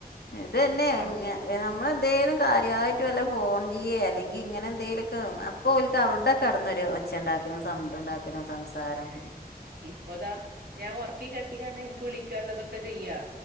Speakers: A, on the left; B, on the right.
A: ഇത് തന്നെ
B: പണ്ട്
A: ന നമ്മള് എന്തേലും കാര്യമായിട്ടും വല്ല ഫോൺ ചെയ്യ അല്ലെങ്കിൽ ഇങ്ങനെ എന്തെലുംക്കെ അപ്പോ ഓൽക്ക് അവിടെ കടന്നൊരു ഒ ഒച്ച ഉണ്ടാക്ക്ണ സൗണ്ട് ഉണ്ടാക്ക്ണ സംസാരം
B: ഇപ്പൊതാ ഞാ ഉറക്കി കിടത്തി കണ്ട് എനിക്ക് വിളിക്കാനുള്ളതൊക്കെ ചെയ്യാ